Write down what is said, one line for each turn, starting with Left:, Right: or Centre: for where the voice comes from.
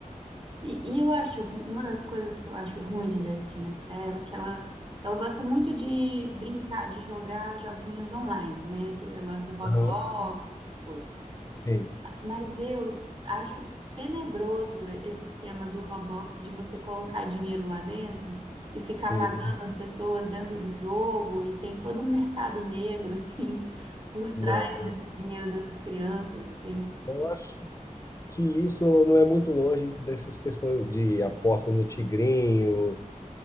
Right: E, e eu acho, ru- uma das coisas que eu acho ruim de dar esse dinheiro para ela é que ela, ela gosta muito de brincar, de jogar joguinhos online, né? Aquele negócio do Roblox,
Left: Aham,
Right: essas coisas.
Left: Sim,
Right: Mas eu acho tenebroso esse esquema do Roblox de você colocar dinheiro lá dentro e ficar
Left: sim.
Right: pagando as pessoas dentro do jogo, e tem todo um mercado negro, assim, <laughs> por
Left: Não,
Right: trás desse dinheiro dessas crianças, assim.
Left: eu acho que isso não é muito longe dessas questões de apostas no Tigrinho,